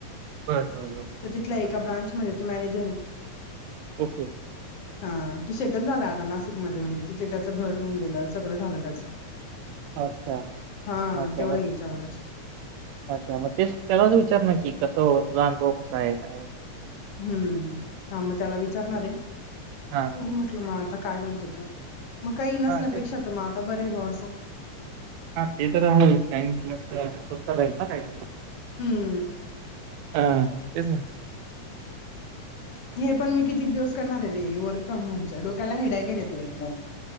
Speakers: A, on the right; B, on the left.
A: बरं, बरं, बरं.
B: त तिथल्या
A: तसं.
B: एका ब्रांचमध्ये तो मॅनेजरे.
A: ओके.
B: हा, तो सेटल झालाय आता नाशिक मध्ये, म्हणजे तिथे त्याचं घर होऊन गेलं, सगळं झालं त्याच.
A: अच्छा
B: ह,
A: अच्छा
B: तेवढा
A: मग
B: याच्यावरच.
A: अच्छा, म तेच, त्यालाच विचार ना की कस ओ तुझा अनुभव कसाये काये?
B: हम्म, हा म त्याला विचारणारे.
A: हा.
B: म्हटलं म आता काय म्हणतो तो, मग काही नसल्यापेक्षा
A: हां, तेच ना.
B: त म आता बरं बा असं.
A: हा ते तर आहेच, काही नसल्या पेकक्षा स्तत राहील ना काही तरी.
B: हम्म
A: ह, तेच ना.
B: हे पण मी कितीक दिवस करणारे रे, हे वर्क फ्रॉम होम च, डोक्याला हेडाकेरे तो एकदम.